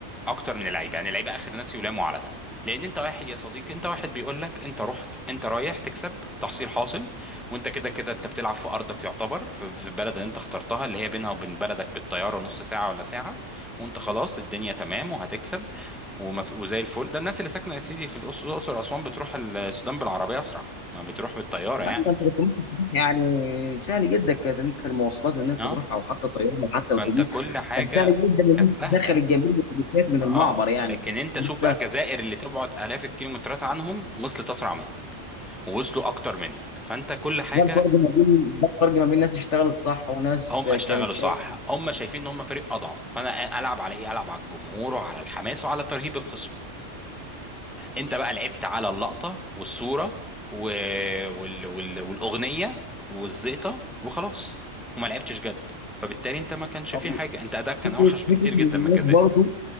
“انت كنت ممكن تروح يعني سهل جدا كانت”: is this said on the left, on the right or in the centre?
Left